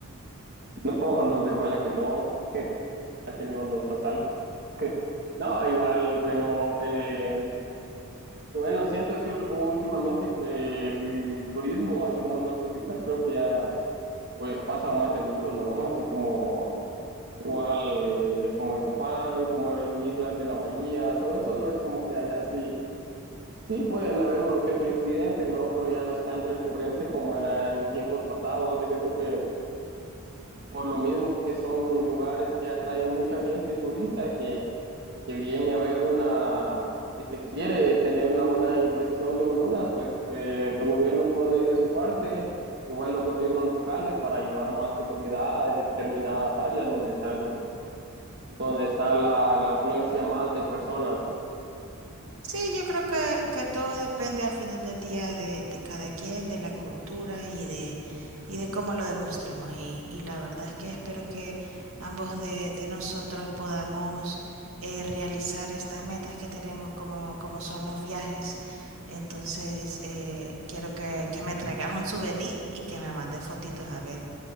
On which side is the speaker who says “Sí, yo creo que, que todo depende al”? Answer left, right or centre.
Right